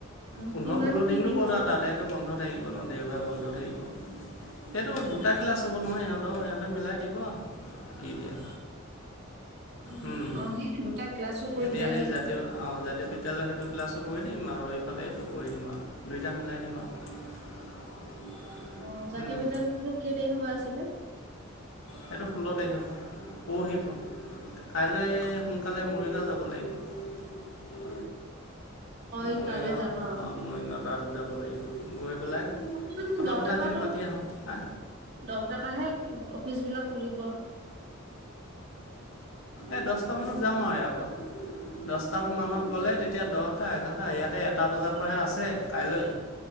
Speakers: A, on the right (about 50°); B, on the left (about 70°).
A: উম,
B: পোন্ধৰ
A: কিমান
B: ষোল্ল
A: কি
B: দিনো
A: দিব
B: কতা তাতে। সেইটো বন্ধ থাকিব ন দেওবাৰে বন্ধ থাকিব সেইটো
A: উম,
B: দুটা ক্লাছ হ'ব নহয় সিহঁত। ত সিহঁতে মিলাই দিব কি দিয়ে।
A: উ
B: উম,
A: অ সি দুটা ক্লাছো কৰি
B: এতিয়া
A: দিবা
B: সেই
A: সি।
B: জাতীয় অঁ জাতীয় বিদ্যালয় সেইটো ক্লাছো কৰি দিম আৰু এইফালে এইটো কৰি দিম আৰু দুইটা মিলাই দিম আৰু। <unintelligible> <unintelligible>
A: অ জাতীয়
B: উম,
A: বিদ্যালয়তো কেই তাৰিখৰ পৰা আছিলে?
B: সেইটো ষোল্ল তাৰিখ হ'ব পৰহি পৰা। কাইলৈ সোনকালে মৰিগাঁও যাব লাগিব
A: অ', এই
B: মৰিগাঁও
A: তালৈ যাবা।
B: মৰিগাঁও তাত যাব লাগিব গৈ পেলাই
A: সোনকালে মানে
B: কথা
A: দহটাৰ
B: বতৰাখিনি
A: পৰাতো
B: পাতি আহোঁ হা
A: দহটাৰ পৰাহে অফিচ বিলাক খুলিব
B: এই দহটামানত
A: উম,
B: যাম আৰু ইয়াৰ পৰা দ দটা মানত
A: অ,
B: গ'লে তেতিয়া দহটা এঘাৰটা ইয়াতে এটা বজাৰ পৰাহে আছে কাইলৈ